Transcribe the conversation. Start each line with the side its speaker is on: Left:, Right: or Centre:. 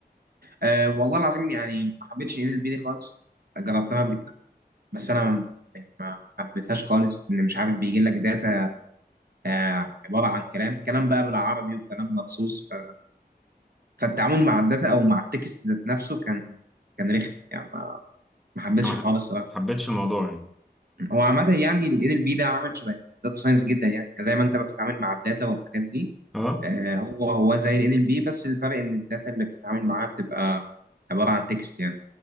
Right: آه، والله العظيم يعني ما حبيتش ال ان ال بي دي خالص جربتها قبل كده بس انا ما ما حبيتهاش خالص اللي مش عارف بيجي لك داتا آه، عباره عن كلام كلام بقى بالعربي وكلام مخصوص ف... فالتعامل مع الداتا او مع التكست ذات نفسه كان كان رخم يعني ما, ما حبيتش
Centre: ما
Right: الحوار
Centre: ح-
Right: الصراحه
Centre: حبيتش الموضوع يعني
Right: هو عامه يعني ال NLP ده عامل شبه الداتا ساينس جدا يعني يعني زي ما انت بتتعامل مع الداتا والحاجات دي
Centre: اه
Right: آه، هو هو زي ال NLP بس الفرق ان الداتا اللي بتتعامل معاها بتبقى عباره عن تكست يعني